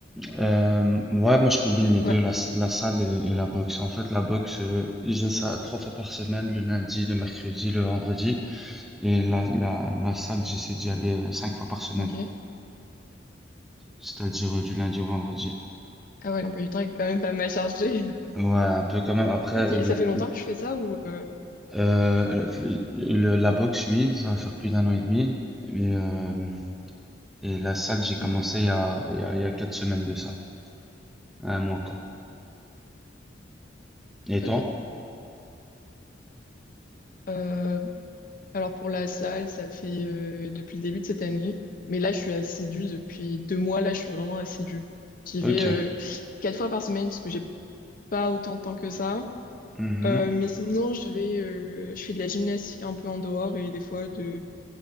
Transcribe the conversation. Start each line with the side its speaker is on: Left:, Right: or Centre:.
Centre: Euh, ouais, moi je combine les deux,
Left: Ouais.
Centre: la, s- la salle et, et la boxe. En fait, la boxe, euh, j'ai ça trois fois par semaine, le lundi, le mercredi, le vendredi. Et la, la, la salle, j'essaie d'y aller euh, cinq fois par semaine,
Left: Ok.
Centre: c'est-à-dire euh, du lundi au vendredi.
Left: Ah ouais, l'emploi du temps est quand même pas mal chargé. <laughs>
Centre: Ouais, un peu quand même. Après,
Left: Ok,
Centre: la,
Left: ça fait longtemps que je fais ça ou... euh,
Centre: euh, le- la boxe, oui, ça va faire plus d'un an et demi. Mais, euh, et la salle, j'ai commencé
Left: mhm,
Centre: il y a, il y a, il y a quatre semaines de ça, un mois encore. Et toi?
Left: Ok. Euh, alors pour la salle, ça fait euh, depuis le début de cette année. Mais là, je suis assidue depuis deux mois. Là, je suis vraiment assidue. J'y
Centre: Ok.
Left: vais euh, quatre fois par semaine parce que j'ai pas autant de temps que ça.
Centre: Mhm.
Left: Euh, mais sinon, je vais, euh, je fais de la gymnastique un peu en dehors et des fois de,